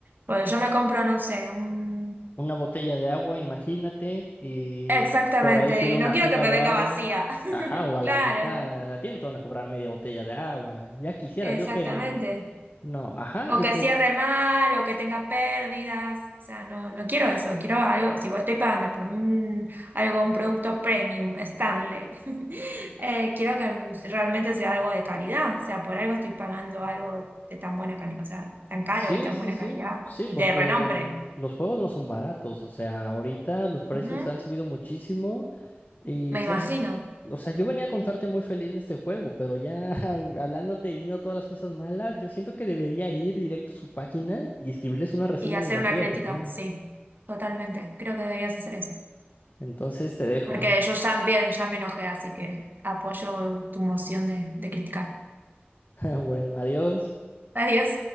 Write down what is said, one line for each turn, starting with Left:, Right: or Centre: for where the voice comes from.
Right: Porque yo me compro, no sé, un...
Left: una botella de agua, imagínate, y
Right: Exactamente,
Left: por ahí tiene
Right: y
Left: una
Right: no quiero
Left: fuga
Right: que me
Left: de
Right: venga
Left: agua.
Right: vacía. <laughs>
Left: Ajá, o a
Right: Claro,
Left: la mitad, a ti no te van a cobrar media botella de agua. Ya quisiera
Right: exactamente.
Left: yo que... n- No, ajá,
Right: O
Left: y
Right: que
Left: pues
Right: cierre mal, o que tenga pérdidas. O sea, no, no quiero eso, quiero algo. Si vos estoy pagando por un algo, un producto premium, Stanley, <laughs> eh, quiero que realmente sea algo de calidad. O sea, por algo estoy pagando algo de tan buena calidad, o sea, tan caro
Left: sí,
Right: y tan
Left: sí,
Right: buena
Left: sí,
Right: calidad
Left: sí,
Right: y
Left: porque
Right: de renombre.
Left: los juegos no son baratos, o sea, ahorita los precios
Right: Ujú,
Left: han subido muchísimo y,
Right: Me
Left: ¿sabes?
Right: imagino.
Left: O sea, yo venía a contarte muy feliz de este juego, pero ya <laughs> hablándote y viendo todas las cosas malas, yo siento que debería ir directo a su página y escribirles una reseña
Right: Y hacer
Left: negativa
Right: una crítica,
Left: también.
Right: sí, totalmente. Creo que deberías hacer eso.
Left: Entonces te dejo.
Right: Porque yo también ya me enojé, así que apoyo tu moción de, de criticar.
Left: <laughs> Bueno, adiós.
Right: Adiós.